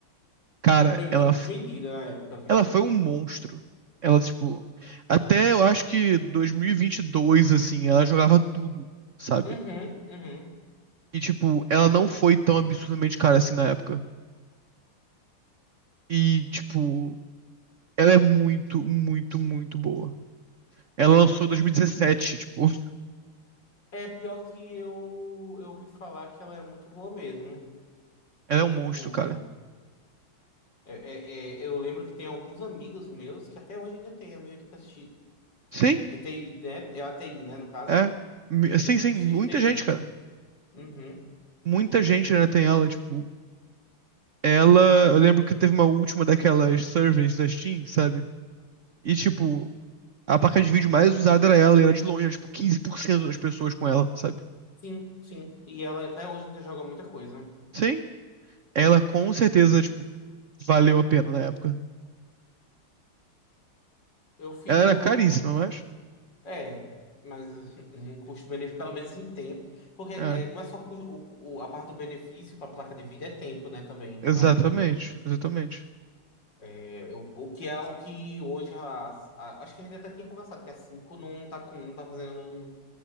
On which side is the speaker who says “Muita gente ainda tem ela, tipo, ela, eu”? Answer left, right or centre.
Right